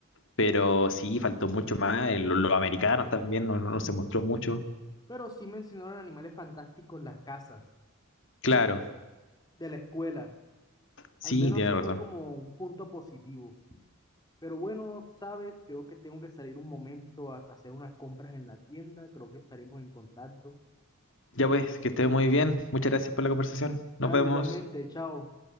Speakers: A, on the left; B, on the left.
A: Pero sí, faltó mucho más, eh, lo- los, americanos también no, no no se mostró mucho.
B: Pero sí mencionaron animales fantásticos en las casas,
A: Claro,
B: de la escuela.
A: sí,
B: Al menos
A: tiene
B: eso
A: razón.
B: fue como un punto positivo. Pero bueno, sabes, creo que tengo que salir un momento a a hacer unas compras en la tienda. Creo que estaremos en contacto.
A: Ya pues, que esté muy bien. Muchas gracias por la conversación. Nos
B: Dale,
A: vemos.
B: igualmente, chao.